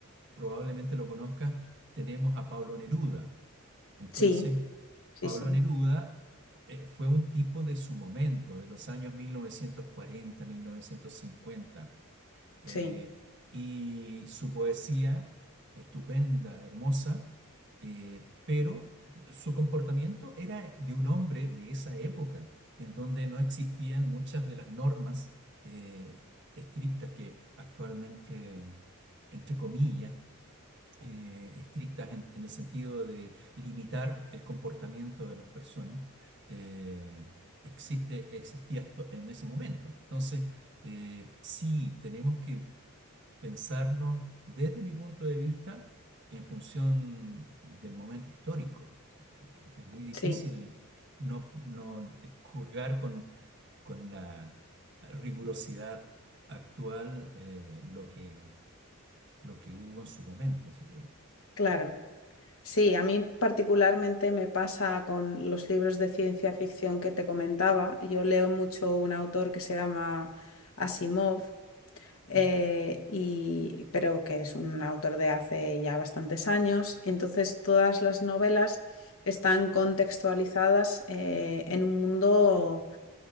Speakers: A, on the right; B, on the left.
A: probablemente lo conozcas, tenemos a Pablo Neruda. Entonces,
B: sí, sí,
A: Pablo
B: sí,
A: Neruda eh, fue un tipo de su momento, de los años mil mil novecientos cuarenta mil novecientos cincuenta eh,
B: sí,
A: y su poesía, estupenda, hermosa, eh, pero su comportamiento era de un hombre de esa época, en donde no existían muchas de las normas eh, estrictas que actualmente, entre comillas, eh, estrictas en, en el sentido de limitar el comportamiento de las personas, eh, existe, existía actu- en ese momento. Entonces, eh, sí, tenemos que pensarnos desde mi punto de vista en función del momento histórico. Es, es muy difícil
B: sí,
A: no, no eh, juzgar con, con la rigurosidad actual eh, lo que, lo que hubo en su momento. O sea,
B: claro. Sí, a mí particularmente me pasa con los libros de ciencia ficción que te comentaba. Yo leo mucho un autor que se llama Asimov eh, y, pero que es un autor de hace ya bastantes años. Entonces, todas las novelas están contextualizadas eh, en un mundo,